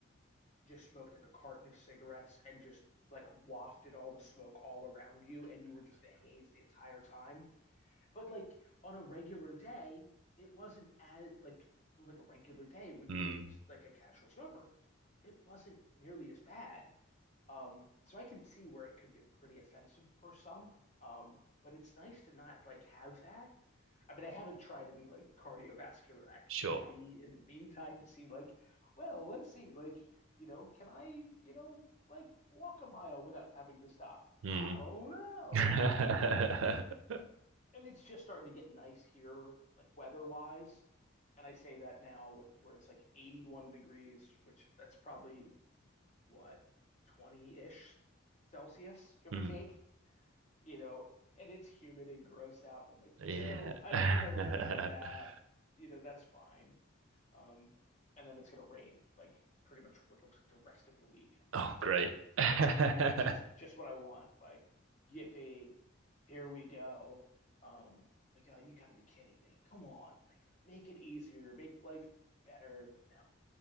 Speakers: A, on the left; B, on the right.
A: just smoked like a carton of cigarettes and just like wafted all the smoke all around you, and you were just a haze the entire time. But like on a regular day, it wasn't as like like a regular day when
B: mm,
A: you're just like a casual smoker, it wasn't nearly as bad. Um, so I can see where it could get pretty offensive for some. Um, but it's nice to not like have that I mean, I haven't tried any like cardiovascular activity
B: sure.
A: in the meantime to see like, well, let's see, like, you know, can I, you know, like walk a mile without having to stop?
B: Mm.
A: I don't know.
B: <laughs>
A: Um,
B: mm.
A: and it's just starting to get nice here, like weather-wise. And I say that now wh- where it's like 81 degrees, which that's probably what, 20-ish Celsius, give
B: Mm.
A: or take you know, and it's humid and gross out. And I'm like,
B: Yeah.
A: ew, I
B: <laughs>
A: don't think I want to do that. You know, that's fine. Um, and then it's gonna rain, like pretty much what looks like the rest of the week. And I'm
B: Oh,
A: like,
B: great.
A: oh
B: <laughs> Are
A: yeah, just just what I want. Like, yippee, here we go. Um, like, oh, you gotta be kidding me. Come on, like make it easier, make life better, but no.